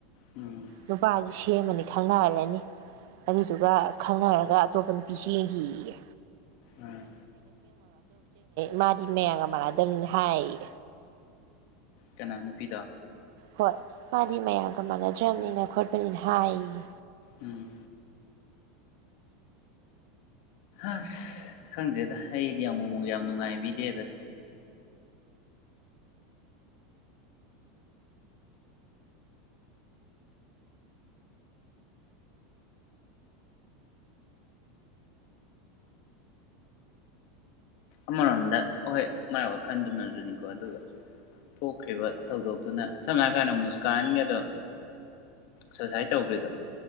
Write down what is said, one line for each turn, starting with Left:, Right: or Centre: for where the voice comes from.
Left: ꯎꯝ
Right: ꯅꯨꯄꯥꯖ ꯁꯦꯝꯃꯅꯤ ꯈꯪꯅꯍꯜꯂꯅꯤ ꯑꯗꯨꯗꯨꯒ ꯈꯪꯅꯔꯒ ꯑꯇꯣꯞꯄ ꯅꯨꯄꯤ ꯆꯦꯟꯒꯤꯌꯦ
Left: ꯎꯝ
Right: ꯃꯥꯗꯤ ꯃꯌꯥꯝꯒ ꯃꯥꯟꯅꯗꯕꯅꯤꯅ ꯍꯥꯏꯌꯦ
Left: ꯀꯅꯥ ꯅꯨꯄꯤꯗꯣ
Right: ꯍꯣꯏ ꯃꯥꯗꯤ ꯃꯌꯥꯝꯒ ꯃꯥꯟꯅꯗ꯭ꯔꯕꯅꯤꯅ ꯈꯣꯠꯄꯅꯤꯅ ꯍꯥꯏꯌꯦ
Left: ꯎꯝ ꯑꯁ ꯈꯪꯗꯦꯗ ꯑꯩꯗꯤ ꯑꯃꯨꯛ ꯑꯃꯨꯛ ꯌꯥꯝ ꯅꯨꯡꯉꯥꯏꯕꯤꯗꯦꯗ ꯑꯃꯔꯣꯝꯗ ꯑꯍꯣꯏ ꯃꯥꯏ ꯋꯥꯈꯟꯗꯨꯅꯖꯅꯤꯀꯣ ꯑꯗꯨꯒ ꯊꯣꯛꯈ꯭ꯔꯤꯕ ꯊꯧꯗꯣꯛꯇꯨꯅ ꯁꯝꯅ ꯍꯥꯏ ꯀꯥꯟꯗ ꯃꯨꯁꯀꯥꯟꯒꯗꯣ ꯁꯨꯁꯥꯏꯠ ꯇꯧꯈ꯭ꯔꯤꯗꯣ